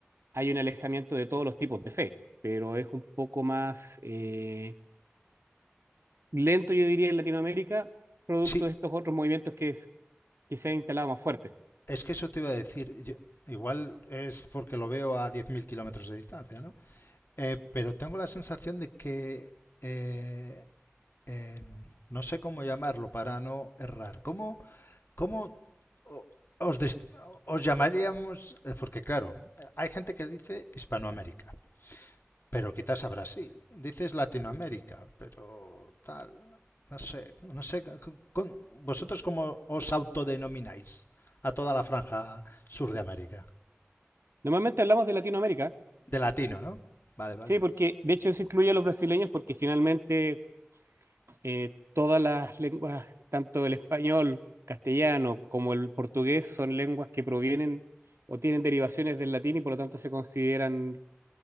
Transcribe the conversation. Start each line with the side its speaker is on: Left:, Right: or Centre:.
Right: hay un alejamiento de todos los tipos de fe, pero es un poco más... eh, lento, yo diría, en Latinoamérica, producto
Left: Sí,
Right: de estos otros movimientos que, es, que se han instalado más fuertes.
Left: es que eso te iba a decir, yo- igual es porque lo veo a 10.000 kilómetros de distancia, ¿no? Eh, pero tengo la sensación de que eh, en- no sé cómo llamarlo para no errar. ¿Cómo, cómo o- os, des- os llamaríamos? eh, Porque claro, hay gente que dice Hispanoamérica, pero quizás a Brasil. Dices Latinoamérica, pero tal. No sé, no sé. con- con- ¿Vosotros cómo os autodenomináis a toda la franja sur de América?
Right: Normalmente hablamos de Latinoamérica,
Left: De latino, ¿no? Vale, vale.
Right: sí, porque de hecho eso incluye a los brasileños, porque finalmente eh, todas las lenguas, tanto el español, castellano como el portugués, son lenguas que provienen o tienen derivaciones del latín y por lo tanto se consideran